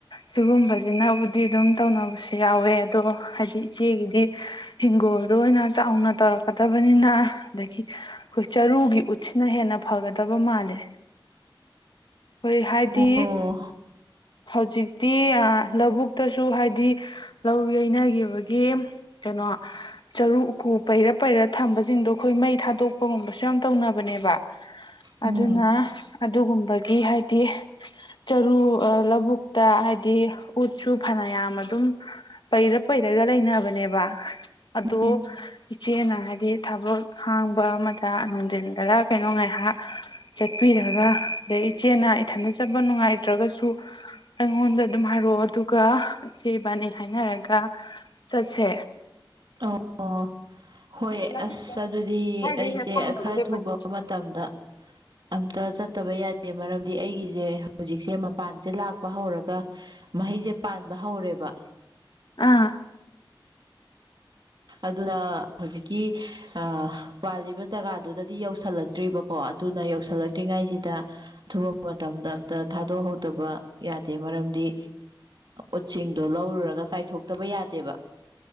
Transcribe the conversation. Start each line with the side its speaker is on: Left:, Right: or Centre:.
Left: ꯁꯤꯒꯨꯝꯕ ꯁꯤꯅꯕꯨꯗꯤ ꯑꯗꯨꯝ ꯇꯧꯅꯕꯁꯨ ꯌꯥꯎꯋꯦ ꯑꯗꯣ ꯍꯥꯏꯗꯤ ꯏꯆꯦꯒꯤꯗꯤ ꯍꯪꯒꯣꯜꯗ ꯑꯣꯏꯅ ꯆꯥꯎꯅ ꯇꯧꯔꯛꯀꯗꯕꯅꯤꯅ ꯑꯗꯒꯤ ꯑꯩꯈꯣꯏ ꯆꯔꯨꯒꯤ ꯎꯠꯁꯤꯅ ꯍꯦꯟꯅ ꯐꯒꯗꯕ ꯃꯥꯜꯂꯦ ꯑꯩꯈꯣꯏ ꯍꯥꯏꯗꯤ
Right: ꯑꯣ
Left: ꯍꯧꯖꯤꯛꯇꯤ ꯂꯧꯕꯨꯛꯇꯁꯨ ꯍꯥꯏꯗꯤ ꯂꯧ ꯌꯩꯅꯈꯤꯕꯒꯤ ꯒꯤ ꯀꯩꯅꯣ ꯆꯔꯨ ꯎꯀꯨ ꯄꯩꯔ ꯄꯩꯔ ꯊꯝꯕꯁꯤꯡꯗꯣ ꯈꯣꯏ ꯃꯩ ꯊꯥꯗꯣꯛꯄ ꯒꯨꯝꯕꯁꯨ ꯌꯥꯝ ꯇꯧꯅꯕꯅꯦꯕ
Right: ꯎꯝ
Left: ꯑꯗꯨꯅ ꯑꯗꯨꯒꯨꯝꯕꯒꯤ ꯍꯥꯏꯗꯤ ꯆꯔꯨ ꯑ ꯂꯕꯨꯛꯇ ꯍꯥꯏꯗꯤ ꯎꯠꯁꯨ ꯐꯅꯌꯥꯝ ꯑꯗꯨꯝ ꯄꯩꯔ ꯄꯩꯔꯒ ꯂꯩꯅꯕꯅꯦꯕ ꯑꯗꯣ
Right: ꯎꯝ
Left: ꯏꯆꯦꯅ ꯍꯥꯏꯗꯤ ꯊꯕꯛ ꯍꯥꯡꯕ ꯑꯃꯗ ꯅꯨꯡꯗꯤꯟꯗꯔ ꯀꯩꯅꯣ ꯉꯥꯏꯍꯥꯛ ꯆꯠꯄꯤꯔꯒ ꯑꯗꯩ ꯏꯆꯦꯅ ꯏꯊꯟꯇ ꯆꯠꯄ ꯅꯨꯡꯉꯥꯏꯇ꯭ꯔꯒꯁꯨ ꯑꯩꯉꯣꯟꯗ ꯑꯗꯨꯝ ꯍꯥꯏꯔꯛꯑꯣ ꯑꯗꯨꯒ ꯏꯆꯦ ꯏꯕꯥꯅꯤ ꯍꯥꯏꯅꯔꯒ ꯆꯠꯁꯦ
Right: ꯑꯣ ꯑꯣ ꯍꯣꯏ
Left: ꯂꯝꯕꯤ
Right: ꯑꯁ ꯑꯗꯨꯗꯤ
Left: ꯁ꯭ꯋꯥꯏꯗꯩ
Right: ꯑꯩꯁꯦ
Left: ꯍꯦꯛ ꯐꯝꯃꯒ
Right: ꯈꯔ
Left: ꯂꯦꯞꯄꯁꯤ
Right: ꯊꯨꯕ ꯃꯇꯝꯗ ꯑꯝꯇ ꯆꯠꯇꯕ ꯌꯥꯗꯦ ꯃꯔꯝꯗꯤ ꯑꯩꯒꯤꯁꯦ ꯍꯧꯖꯤꯛꯁꯦ ꯃꯄꯥꯟꯁꯦ ꯂꯥꯛꯄ ꯍꯧꯔꯒ ꯃꯍꯩꯁꯦ ꯄꯥꯟꯕ ꯍꯧꯔꯦꯕ
Left: ꯑꯥ
Right: ꯑꯗꯨꯅ ꯍꯧꯖꯤꯛꯀꯤ ꯑ ꯄꯥꯜꯂꯤꯕ ꯖꯒꯥꯗꯨꯗꯗꯤ ꯌꯧꯁꯜꯂꯛꯇ꯭ꯔꯤꯕꯀꯣ ꯑꯗꯨꯅ ꯌꯧꯁꯤꯜꯂꯛꯇ꯭ꯔꯤꯉꯥꯏꯁꯤꯗ ꯑ ꯊꯨꯕ ꯃꯇꯝꯗ ꯑꯝꯇ ꯊꯥꯗꯣꯛꯍꯧꯗꯕ ꯌꯥꯗꯦ ꯃꯔꯝꯗꯤ ꯎꯠꯁꯤꯡꯗꯣ ꯂꯧꯔꯨꯔꯒ ꯆꯥꯏꯊꯣꯛꯇꯕ ꯌꯥꯗꯦꯕ